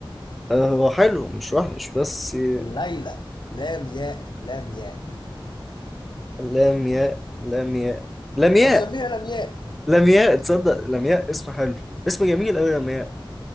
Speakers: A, in the centre; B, on the left.
A: آه، هو حلو مش وحش بس آه،
B: ليلى لام ياء لام ياء
A: لام ياء لام ياء لام ياء
B: او سميها لمياء
A: لمياء تصدق لمياء اسم حلو اسم جميل قوي لمياء